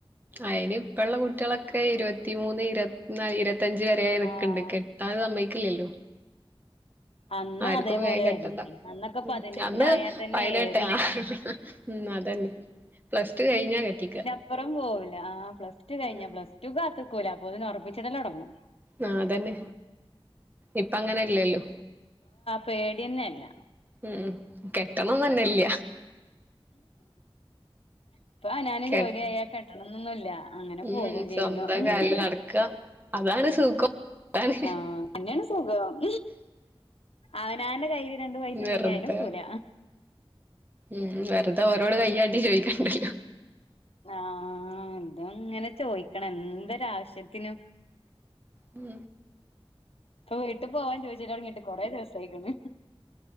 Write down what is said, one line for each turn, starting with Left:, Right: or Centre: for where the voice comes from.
Right: അയിന് ഇപ്പള്ള കുട്ടിയളൊക്കെ ഇരുവത്തിമൂന്ന് ഇരുവത്തിനാല് ഇരുവത്തഞ്ച് വരെ നിക്ക്ണ്ട്
Left: ആഹ്
Right: കെ ത്താഹ് സമ്മയ്കില്ലല്ലോ.
Left: അന്ന്
Right: ആര്ക്കും
Left: അതേപോലെ
Right: വേം കെട്ടണ്ട
Left: വരണ്ടീനി അന്നൊക്കെ
Right: ഉം
Left: പതിനെട്ടായാൽ
Right: അന്ന്
Left: തന്നെ
Right: പൈനെട്ട്
Left: ഏറി
Right: ആഹ് ഉം അതന്നെ പ്ലസ് ടു കഴിഞ്ഞാ കെട്ടിക്ക
Left: പ്പറം പോവൂല ആഹ് പ്ല ടു കഴിഞ്ഞാ
Right: ഉം
Left: പ്ലസ് ടുക്ക് കാത്ത്ക്കൂല അപ്പോത്തിന് ഒറപ്പിച്ചിടലൊടങ്ങും.
Right: ആഹ് അതന്നെ ഇപ്പങ്ങനെല്ലല്ലോ.
Left: പേടിയെന്നല്ല
Right: ഉം ഉം കെട്ടണംന്നന്നെല്ല
Left: ഇപ്പൊ അവനാന്
Right: കെ
Left: ജോലിയായ കെട്ടണന്നൊന്നുല്ല. അങ്ങനെ
Right: ഉം
Left: പോകും ജീവിതം
Right: സ്വന്തം കാലില് നടക്കാ അതാണ് സുഖം. അതാണ്
Left: ആഹ് അന്നെയേണ് സുഖം അവനാന്റെ കയ്യില് രണ്ടു പൈസണ്ടെങ്കി
Right: വെറുതെ
Left: അയ്നൊക്കൂല
Right: ഉം വെറുത ഓരോട് കയ്യാട്ടി ചോയ്ക്കണ്ടല്ലോ
Left: ആഹ് ഇത്ങ്ങനെ ചോയ്ക്കണം എന്തൊരവശ്യത്തിനും
Right: ഉം
Left: പ്പൊ വീട്ടിൽ പോവാൻ ചോയ്ച്ചലൊടങ്ങീട്ട് കൊറേ ദിവസായ്ക്ക്ണ്